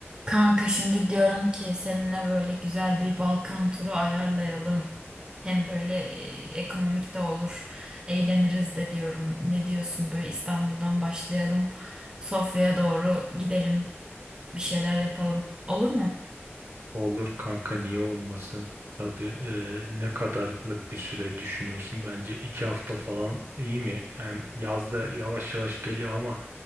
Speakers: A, on the right; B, on the right.
A: Kanka şimdi diyorum ki seninle böyle güzel bir Balkan turu ayarlayalım. Hem böyle e, ekonomik de olur, eğleniriz de diyorum. Ne diyorsun? Böyle İstanbul'dan başlayalım, Sofya'ya doğru gidelim, bir şeyler yapalım. Olur mu?
B: Olur kanka niye olmasın? Tabii e, ne kadarlık bir süre düşünüyorsun? Bence iki hafta falan iyi mi? Hem yazda yavaş yavaş geliyor ama